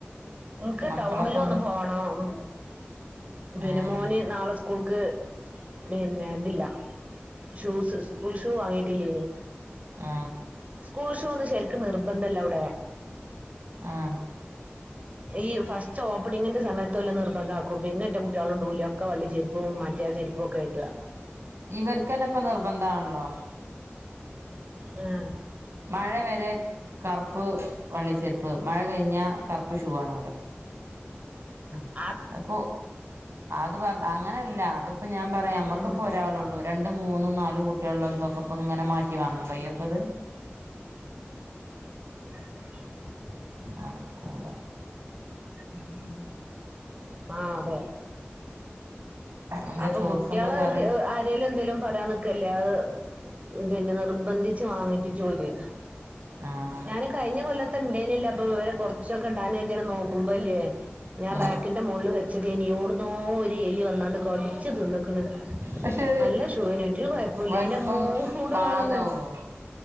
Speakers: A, on the right (about 35°); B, on the right (about 80°).
A: നിക്ക്
B: മക്കളൊക്കെ
A: ടൗണിലൊന്ന്
B: എവിടെ
A: പോണം ഉം ബിനു
B: ഏഹ്
A: മോന് നാളെ സ്കൂൾക്ക് പിന്നെ ഇതില്ല ഷൂസ് സ്കൂൾ ഷൂ വാങ്ങിട്ടില്ലേനി
B: ആ
A: കൂൾ ഷൂ ന്നും ശെരിക്ക് നിർബന്ധല്ലവ്ടെ
B: ആ
A: ഈ ഫസ്റ്റ് ഓപ്പണിങ്ങിന്റെ സമയത്തൊല് നിർബന്ധമാക്കും പിന്നെ റ്റെ കുട്ട്യളി ടൂല ഒക്കെ വള്ളി ചെര്പ്പും മറ്റേ ചെര്‌പ്പൊക്കെ ടാ
B: ഇവർക്കന്നെ ഇപ്പ നിർബന്ധാണല്ലോ
A: ഉം
B: മഴ വരെ കറ്പ്പ് വള്ളി ചെര്പ്പ് മഴ കഴിഞ്ഞാ കറ്പ്പ് ഷൂ വാണോല്ലോ
A: ആ
B: അപ്പൊ അത് വ അങ്ങനല്ല അതിപ്പോ ഞാൻ പറയാ നമ്മക്കിപ്പോ
A: ഉം.
B: ഒരാളൊള്ളൂ രണ്ടും മൂന്നും നാലും കു അതേപോലെ പക്കപ്പങ്ങനെ മാറ്റി വാങ്ങാൻ കയ്യോ പ്പോത്
A: അ
B: നട്ക്കൂല്ല
A: ഉം ആ അതെ ഉ
B: എന്താ
A: അപ്പൊ
B: ചോർക്കെന്താ
A: കുട്ട്യാളെ
B: കറി
A: ആരേലും എന്തേലും പറയാനിക്കല്ലേ അഅ് പിന്നെ നിർബന്ധിച്ച് വാങ്ങിപിച്ചോല്
B: ആഹ്
A: ഞാന് കഴിഞ്ഞ കൊല്ലത്ത ണ്ടേനിയല്ലോ അപ്പൊ <unintelligible> കൊർച്ചൊക്കെ ഇടാന <unintelligible> ണ് നോ മ്പല്ല്യേ ഞാൻ
B: ഉം
A: റാക്കിന്റെ മൊളില് വെ ച്ചതിനിയോട് നോ ഒരു എലി വന്നാണ്ട് കടിച്ച് തിന്നിക്കണ്
B: പക്ഷെ
A: നല്ല ഷൂന ഒരു കുഴപ്പില്ല
B: വലുപ്പം
A: അന്റെ മൂട്
B: പാകാവോ
A: ഭാഗം